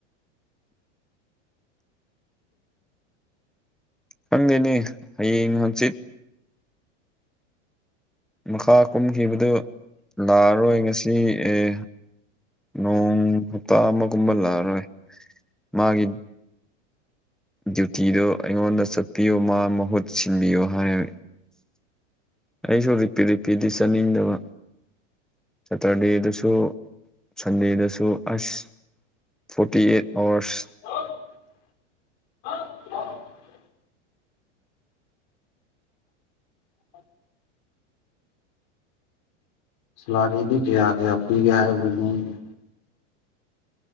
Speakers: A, in the centre; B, on the left.
A: ꯈꯪꯗꯦꯅꯦ ꯍꯥꯌꯦꯡ ꯍꯪꯆꯤꯠ ꯃꯈꯥ ꯀꯨꯝꯈꯤꯕꯗꯨ ꯂꯥꯛꯑꯔꯣꯏ ꯉꯁꯤ ꯑꯦ ꯅꯣꯡ ꯍꯞꯇꯥ ꯑꯃꯒꯨꯝꯕ ꯂꯥꯛꯑꯔꯣꯏ ꯃꯥꯒꯤ ꯗ꯭ꯌꯨꯇꯤꯗꯣ ꯑꯩꯉꯣꯟꯗ ꯆꯠꯄꯤꯌꯣ ꯃꯥ ꯃꯍꯨꯠ ꯁꯤꯟꯕꯤꯌꯣ ꯍꯥꯏ <unintelligible> ꯑꯩꯁꯨ ꯔꯤꯄꯤꯠ ꯔꯤꯄꯤꯠꯗꯤ ꯆꯠꯅꯤꯡꯗꯕ ꯁꯦꯇꯔꯗꯦꯗꯁꯨ ꯁꯟꯗꯦꯗꯁꯨ ꯑꯁ ꯐꯣꯔꯇꯤ ꯑꯩꯠ ꯑꯥꯋꯥꯔꯁ
B: ꯍꯂꯣ ꯑ ꯍ <unintelligible> <inaudible> ꯁꯂꯥꯔꯤꯗꯤ ꯀꯌꯥ ꯀꯌꯥ ꯄꯤꯒꯦ ꯍꯥꯏꯕꯅꯣ ꯃꯣꯏꯒꯤ